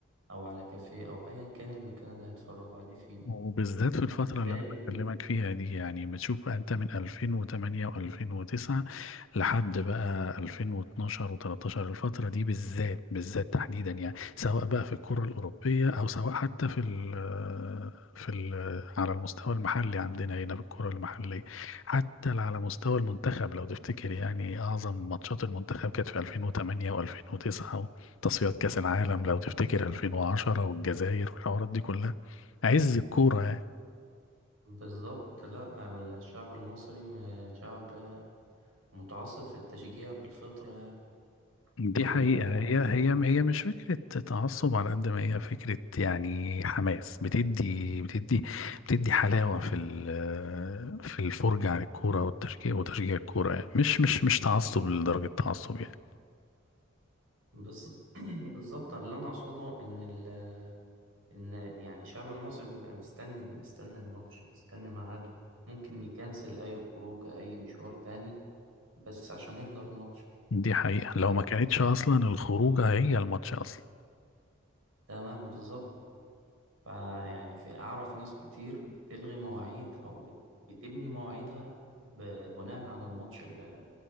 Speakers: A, on the right; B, on the left.
A: أو على كافيه أو أيا كان المكان اللي هتفرجوا عليه فيه
B: وبالذات في الفترة
A: تلاقي
B: اللي أنا بكلمك فيها دي يعني بتشوف بقى أنت من 2008 و2009 لحد بقى 2012 و13 الفترة دي بالذات بالذات تحديدا يعني سواء بقى في الكرة الأوروبية أو سواء حتى في ال في ال على المستوى المحلي عندنا هنا في الكرة المحلية حتى على مستوى المنتخب لو تفتكر يعني أعظم ماتشات المنتخب كانت في 2008 و2009 وتصفيات كأس العالم لو تفتكر 2010 والجزائر والحوارات دي كلها عز الكورة يعني
A: بالظبط لأ الشعب المصري م- شعب متعصب في التشجيع بالفطرة يعني
B: دي
A: كلنا
B: حقيقة هي
A: بنوع
B: هي هي مش فكرة تعصب على قد ما هي فكرة يعني حماس بتدي بتدي بتدي حلاوة في ال- في الفرجة على الكورة والتشجيع وتشجيع الكورة يعني مش مش مش تعصب لدرجة تعصب يعني
A: بز- <clears throat> بالظبط اللي أنا أقصده إن ال إن يعني الشعب المصري بيبقى مستني مستني الماتش مستني ميعاده ممكن يكنسل أي خروج أي مشوار تاني بس عشان يحضر الماتش
B: دي حقيقة لو
A: طب
B: ما كانتش أصلا الخروجة هي الماتش أصلا
A: تمام بالظبط فيعني في أعرف ناس كتير بتلغي مواعيد أو بت- بتبني مواعيدها ب- بناء على الماتش اللي